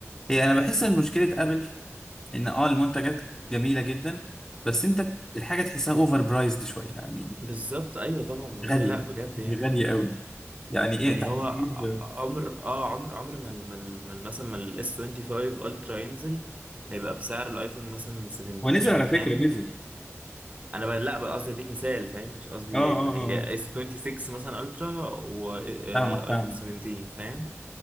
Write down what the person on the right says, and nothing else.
بالظبط ايوه طبعا والله
لا بجد
يعني
يعني
هو ع- عمر اه عمر عمر ما ال- ما ال- ما ال- مثلا ما الاس 25 الترا ينزل هيبقى بسعر الايفون مثلا 70
يعني
فاهم
انا بقى لا بقى قصدي اديك مثال فاهم مش قصدي
اس 26 مثلا الترا وايفون
17 فاهم